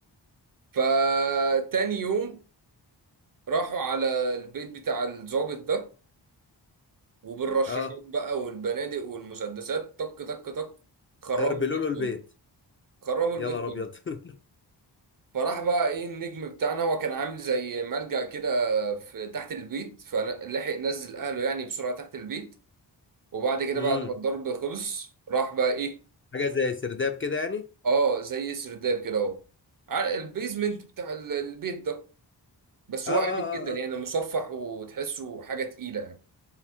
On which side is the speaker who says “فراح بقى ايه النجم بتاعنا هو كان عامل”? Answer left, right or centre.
Right